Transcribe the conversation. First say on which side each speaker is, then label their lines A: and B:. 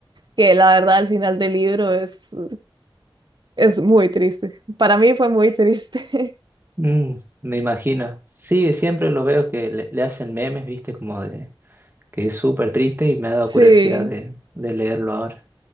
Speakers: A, on the right; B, on the right.
A: que la verdad al final del libro es, es muy triste. Para mí fue muy triste.
B: Mm, me imagino. Sí, siempre lo veo que le, le hacen memes, viste, como de que es súper triste y me ha dado
A: Sí,
B: curiosidad de, de leerlo ahora.